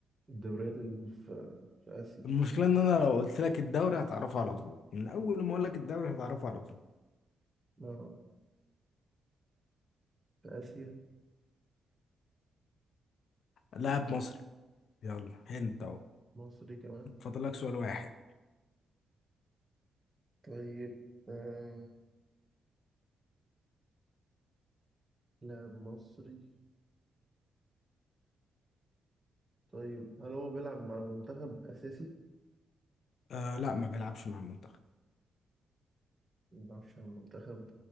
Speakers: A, on the right; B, on the left.
A: الدوريات اللي في في اسيا
B: المشكله ان انا لو قلت لك الدوري هتعرفه على طول من اول ما اقول لك الدوري هتعرفه على طول
A: اه في اسيا
B: لاعب مصري يلا هنت اهو
A: مصري كمان
B: فاضل لك سؤال واحد
A: طيب آه، لاعب مصري طيب هل هو بيلعب مع المنتخب أساسي؟
B: آه لا ما بيلعبش مع المنتخب
A: ما بيلعبش على المنتخب